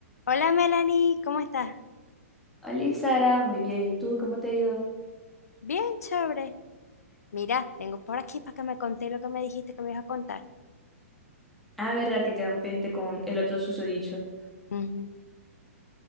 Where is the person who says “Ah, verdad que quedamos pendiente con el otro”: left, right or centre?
Centre